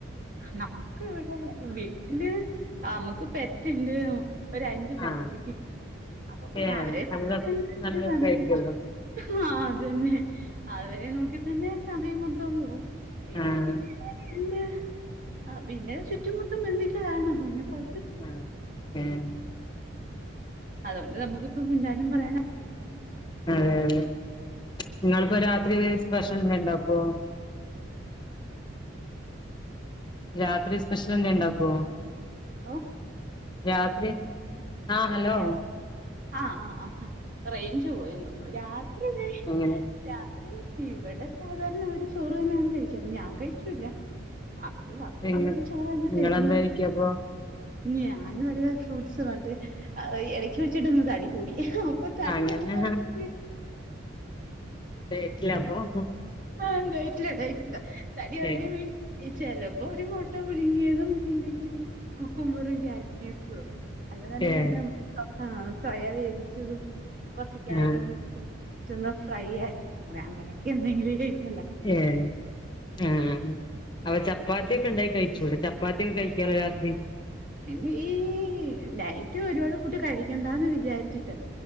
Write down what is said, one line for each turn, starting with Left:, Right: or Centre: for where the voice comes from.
Right: നമുക്ക് ഇവിടെ വീട്ടില് നമ്മുക്ക് പെറ്റിണ്ട് ഒര് അഞ്ച് പട്ടി
Left: ആഹ്
Right: കുട്ടി അപ്പൊ പിന്നെ
Left: ഏഹ്
Right: അവരെ
Left: നല്ല രസ നല്ല രസായിരിക്കുവല്ലോ
Right: സമയം ആഹ അത് തന്നെ അവരെ നോക്കി തന്നെ സമയം മൊത്തം പോവും പിന്നെ
Left: ആഹ്
Right: വീ ഇല്ല ആഹ പിന്നെ ചുറ്റുമൊത്തം ബന്ധുക്കളാണ് പിന്നെ കൊ
Left: ആഹ് ഏഹ്
Right: അതൊണ്ട് നമക്കിപ്പോ മിണ്ടാനും പറയാ
Left: അതെ അതെ നിങ്ങളിപ്പോ രാത്രില് സ്പെഷ്യൽ എന്തേ ഉണ്ടാക്കോ രാത്രി സ്പെഷ്യൽ എന്തേ ഉണ്ടാക്കോ
Right: ഓഹ്
Left: രാത്രി ആഹ് ഹലോ
Right: രാ ആഹ് ആഹ് ആഹ് റേഞ്ച് പോയന്ന് തോന്നുന്നു രാത്രി ഇത്
Left: അങ്ങനെ
Right: രാത്രി ഇവിടെ സാധാരണ അവര് ചോറ് തന്നെയാണ് കഴിക്കാറ് ഞാൻ കഴിക്കൂല അവര് ബക്കിയുള്ളൊര്
Left: പിന്നെ
Right: ചോറ് തന്നെ
Left: നിങ്ങളെന്താ
Right: കഴിക്ക്ണത്
Left: കഴിക്കാ അപ്പൊ
Right: ഞാൻ വല്ല ഫ്രൂട്ട്സ് മറ്റേ എലക്കി വെച്ചിട്ട് ഒന്ന് തടി കൂടി അപ്പൊ തടി
Left: അങ്ങനെ
Right: കൊറക്കാൻ വേണ്ടി-
Left: ഡേറ്റില അപ്പൊ
Right: ആ ഡയറ്റില ഡയറ്റില തടി കൊറക്കാൻ
Left: ഏഹ്
Right: വേണ്ടി- ഈ ചെലപ്പോ ഒരു മുട്ട പുഴുങ്ങിയതും പിന്നെ ഇച്ചിരി കുക്കുംമ്പറും ക്യാരറ്റ് <unintelligible> അല്ലെന്നുണ്ടെങ്കിൽ
Left: ഏഹ്
Right: മറ്റേ ആഹ് സോയ വേവിച്ചതും കൊറച്ച് ക്യാരറ്റുപീ
Left: ആഹ്
Right: റ്റ് ഒന്നു ഫ്രൈ ആക്കി അങ്ങനെ അങ്ങനെയൊക്കെ എന്തെങ്കിലെ കഴിക്കു
Left: ഏഹ് ആഹ് അപ്പം ചപ്പാത്തിയൊക്കെ ഉണ്ടാക്കി കഴിച്ചൂടെ ച ചപ്പാത്തിക്കെ കഴിക്കാലോ രാത്രി.
Right: പിന്നെ ഈ നൈറ്റ് ഒരുപാട് ഫുഡ് കഴിക്കണ്ടാന്ന് വിചാരിച്ചിട്ടാ.